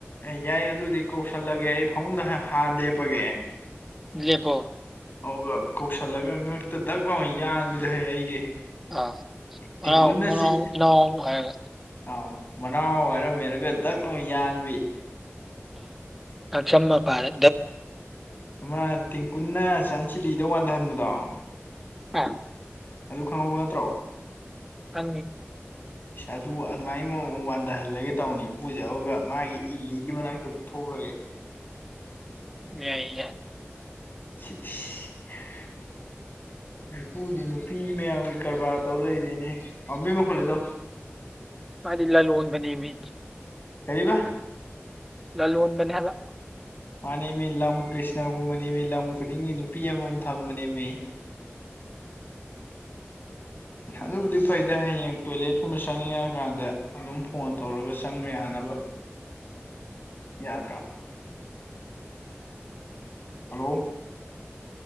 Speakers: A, on the left; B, in the centre.
A: ꯑꯦ ꯌꯥꯏ ꯑꯗꯨꯗꯤ ꯀꯧꯁꯜꯂꯒꯦ ꯑꯩ ꯐꯃꯨꯡꯗ ꯍꯥꯟꯅ ꯂꯦꯞꯄꯒꯦ
B: ꯏꯦ ꯄꯣ
A: ꯑꯗꯨꯒ ꯀꯧꯁꯜꯂꯒ ꯉꯛꯇ ꯗꯛ ꯂꯥꯎ ꯌꯥꯟꯗꯨꯗꯤ ꯍ ꯑꯩꯒꯤ
B: ꯑꯥ
A: ꯇꯀꯨꯟꯅꯁꯤ
B: ꯃꯅꯥꯎ ꯃꯅꯥꯎ ꯏꯅꯥꯎ ꯍꯥꯏꯔꯒ
A: ꯑꯥꯎ ꯃꯅꯥꯑꯣ ꯍꯥꯏꯔ ꯃꯔꯝꯃꯦꯔꯒ ꯗꯛ ꯂꯅꯨꯡ ꯌꯥꯟꯕꯤ
B: ꯑ ꯀꯃ ꯄꯥꯔꯦ
A: ꯑꯃ ꯇꯦꯡꯀꯨꯟꯅ ꯆꯥꯟꯁꯤꯂꯤꯗ ꯋꯥꯟꯊꯍꯟꯕꯗꯣ
B: ꯑꯥ
A: ꯑꯗꯨ ꯈꯪꯍꯧꯕ ꯅꯠꯇ꯭ꯔꯣ
B: ꯀ
A: ꯑꯗꯨ ꯑꯗꯨꯃꯥꯏꯅ ꯃꯑꯣ ꯋꯥꯟꯊꯍꯜꯂꯒꯦ ꯇꯧꯅꯤ ꯏꯄꯨꯁꯦ ꯑꯗꯨꯒ ꯃꯥꯒꯤ ꯏꯂꯤꯒꯤ ꯃꯅꯥꯛꯇꯣ ꯄꯤꯊꯣꯛ ꯑꯣꯏꯦ
B: ꯌꯥꯏꯒ
A: <unintelligible> ꯄꯨꯗꯤ ꯅꯨꯄꯤ ꯃꯌꯥꯝꯒꯤ ꯀꯔꯕꯥꯔ ꯇꯧ ꯂꯩꯔꯦꯅꯦ ꯑꯝꯕꯤ ꯃꯈꯣꯜ ꯂꯩꯗꯧ
B: ꯃꯥꯗꯤꯂ ꯂꯣꯟꯣꯟꯕꯅꯤꯃꯤ
A: ꯀꯔꯤꯕ
B: ꯂꯂ ꯎꯟꯗꯅꯤꯂ
A: ꯃꯥꯅꯦ ꯃꯤ ꯂꯝ ꯀ꯭ꯔꯤꯁꯅꯒꯨꯝꯕ ꯅꯃꯤ ꯂꯝ ꯈꯨꯗꯤꯡꯒꯤ ꯅꯨꯄꯤ ꯑꯃꯃꯝ ꯊꯝꯕꯅꯦꯃꯤ ꯑꯗꯨꯕꯨꯗꯤ ꯐꯩꯗꯤ ꯍꯌꯦꯡ ꯇꯣꯏꯂꯦꯠꯀꯨꯝꯕ ꯆꯪꯅꯤꯡꯉꯀꯥꯟꯗ ꯑꯗꯨꯝ ꯐꯣꯟ ꯇꯧꯔꯒ ꯆꯪꯕ ꯌꯥꯅꯕ ꯌꯥꯗ꯭ꯔꯥꯥꯎ ꯍꯂꯣ